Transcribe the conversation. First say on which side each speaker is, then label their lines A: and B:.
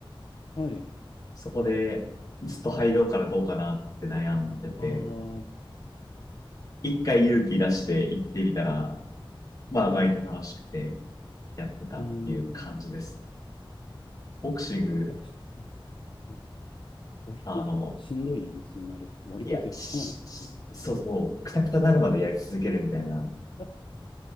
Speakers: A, on the left; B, on the left.
A: はい、
B: そこで、ずっと入ろうかなどうかなって悩んでて、
A: ああ、
B: 一回勇気出して行ってみたら、まあ、
A: はい、
B: 割と楽しくてやってたっていう感じです。
A: うーん、
B: ボクシング、
A: ボクシング、はい、割としんどいですよね、
B: あの、
A: あれって。割とというか、
B: いや、しそうそう、
A: かなりしんどいですよね。
B: くたくたなるまでやり続けるみたいな、
A: あ